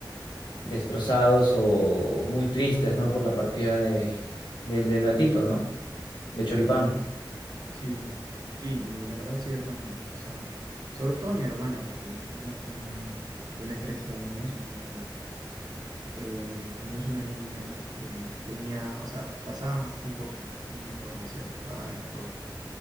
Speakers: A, on the left (about 70°); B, on the right (about 55°).
A: destrozados o muy tristes, ¿no? Por la partida de, del del gatito, ¿no? De Choripán.
B: Sí, sí, la verdad sí, hermano. O sea, sobre todo mi hermana, porque mi hermana tiene, tiene 13 años, entonces, eh, como es una niña, eh, tenía, o sea, pasaba más tiempo con el gatito, lo hacía jugar y todo.